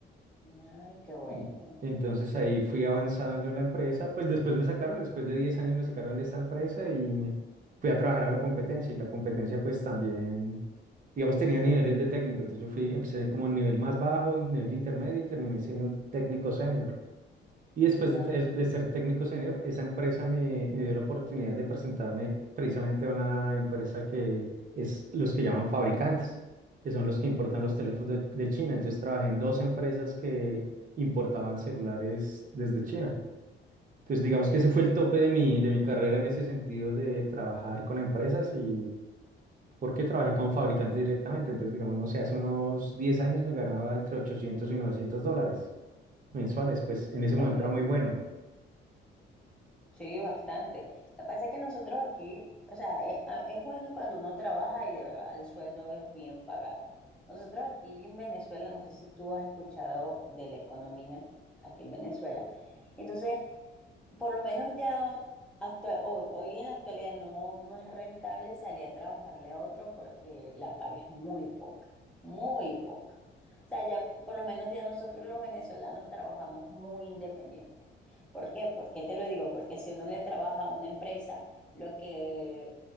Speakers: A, in the centre; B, on the right.
A: Ay, qué bueno.
B: En- Entonces ahí fui avanzando en la empresa, pues después me sacaron, después de 10 años me sacaron de esta empresa y me fui a trabajar a la competencia y la competencia pues también, digamos, tenía niveles de técnico, entonces yo fui, empecé como en nivel más bajo, en nivel intermedio y terminé siendo un técnico senior. Y después de,
A: Ah,
B: te- de ser técnico senior, esa empresa me, me dio la oportunidad de presentarme precisamente a una empresa que es los que llaman fabricantes, que son los que importan los teléfonos de, de China. Entonces trabajé en dos empresas que importaban celulares desde China. Entonces digamos que ese fue el tope de mi, de mi carrera en ese sentido de trabajar con empresas y porque trabajé con fabricantes directamente. Entonces digamos, no sé, hace unos 10 años me ganaba entre 800 y 900 dólares mensuales, pues en ese momento
A: excelente.
B: era muy bueno.
A: Sí, bastante. Lo que pasa es que nosotros aquí, o sea, e- a- es, bueno cuando uno trabaja y de verdad el sueldo es bien pagado. Nosotros aquí en Venezuela, no sé si tú has escuchado de la economía aquí en Venezuela. Entonces, por lo menos ya actua- ho- hoy en la actualidad no, no es rentable salir a trabajarle a otro porque la paga es muy poca, muy poca. O sea, ya por lo menos ya nosotros los venezolanos trabajamos muy independientes. ¿Por qué? ¿Por qué te lo digo? Porque si uno le trabaja a una empresa, lo que